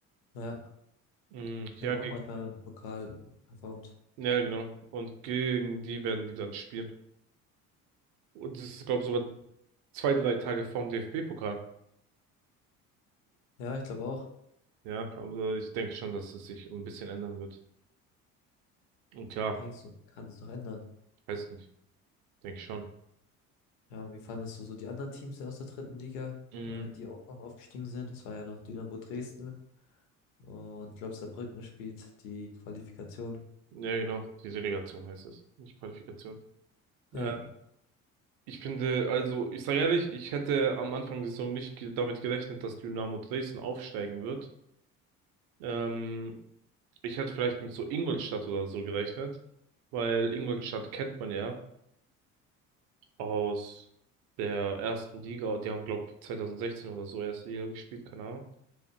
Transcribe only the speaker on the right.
Mm,
ja,
gegen,
ja, genau. Und gegen die werden die dann spielen. Und das ist, glaube ich, sogar zwei, drei Tage vorm DFB-Pokal.
Ja, aber ich denke schon, dass es sich ein bisschen ändern wird. Und klar,
weiß nicht, denke ich schon.
Mm,
Ja, genau, die Relegation heißt es, nicht Qualifikation. Äh,
ich finde, also, ich sage ehrlich, ich hätte am Anfang der Saison nicht ge- damit gerechnet, dass Dynamo Dresden aufsteigen wird. Ähm, ich hätte vielleicht mit so Ingolstadt oder so gerechnet, weil Ingolstadt kennt man ja aus der ersten Liga. Die haben, glaube ich, 2016 oder so erste Liga gespielt, keine Ahnung.